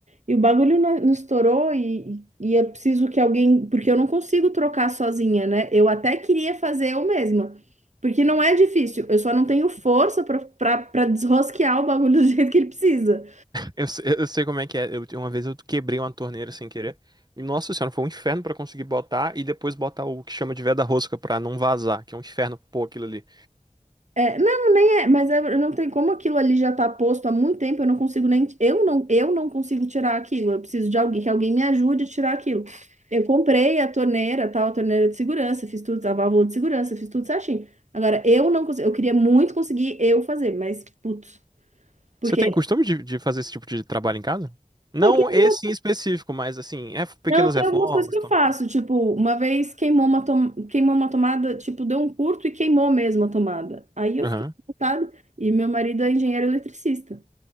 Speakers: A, on the right; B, on the right.
A: E o bagulho não, não estourou e, e e é preciso que alguém, porque eu não consigo trocar sozinha, né? Eu até queria fazer eu mesma, porque não é difícil, eu só não tenho força para para desrosquear o bagulho do <laughs> jeito que ele precisa.
B: Eu, se- eu sei como é que é. Eu, uma vez eu quebrei uma torneira sem querer. E, nossa senhora, foi um inferno pra conseguir botar e depois botar o que chama de veda rosca pra não vazar, que é um inferno pôr aquilo ali.
A: É, não, nem é, mas é- não tem como aquilo ali já tá posto há muito tempo, eu não consigo nem, eu não, eu não consigo tirar aquilo, eu preciso de alguém, que alguém me ajude a tirar aquilo. Eu comprei a torneira, tal, a torneira de segurança, fiz tudo, a válvula de segurança, fiz tudo certinho. Agora, eu não consigo, eu queria muito conseguir eu fazer, mas, putz, porque,
B: Você tem costume de, de fazer esse tipo de trabalho em casa? Não
A: pô, tem algumas,
B: esse em específico, mas assim, é pequenas
A: não, tem
B: reformas,
A: algumas coisas que
B: e
A: eu
B: tal.
A: faço, tipo, uma vez queimou uma, tom, queimou uma tomada, tipo, deu um curto e queimou mesmo a tomada. Aí eu
B: Aham.
A: fiquei revoltada, e meu marido é engenheiro eletricista.